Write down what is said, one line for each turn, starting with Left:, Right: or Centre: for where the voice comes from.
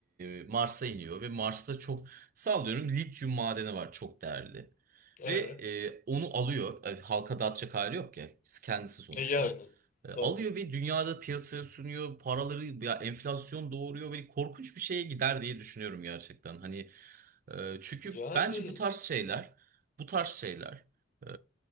Right: e, Mars'a iniyor ve Mars'ta çok sallıyorum lityum madeni var çok değerli.
Left: evet.
Right: Ve e, onu alıyor. E, halka dağıtacak hali yok ya kendisi sonuçta.
Left: E yani,
Right: E,
Left: tabii.
Right: alıyor ve dünyada piyasaya sunuyor. Paraları ya enflasyon doğuruyor ve korkunç bir şeye gider diye düşünüyorum gerçekten. Hani e, çünkü
Left: Yani
Right: bence bu tarz şeyler, bu tarz şeyler e,